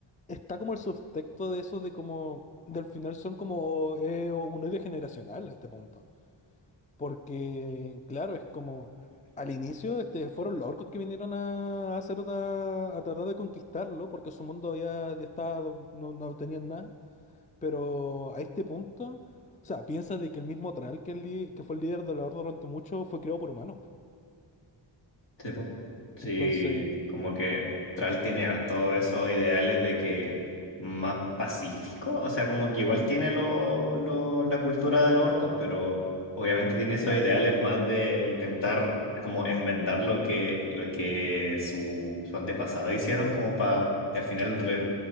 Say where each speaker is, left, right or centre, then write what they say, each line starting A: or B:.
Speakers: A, on the left; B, on the left.
A: está como el subtexto de eso de como... Del final son como eh, un odio generacional a este punto. Porque, claro, es como al inicio este, fueron los orcos que vinieron a, a hacer otra- a tratar de conquistarlo, porque su mundo ya, ya estaba, no, no tenían nada. Pero a este punto, o sea, piensa de que el mismo Thrall, que, el li- que fue el líder de la Horda durante mucho, fue creado por humanos.
B: Sí, po. Sí,
A: Entonces,
B: como que Tral tiene harto esos ideales de que más pacífico, o sea, como que igual tiene lo, lo- la cultura de los orcos, pero obviamente tiene esos
A: claro,
B: ideales más de intentar como enmendar lo que, lo que su, su antepasado hicieron, como para que al final re-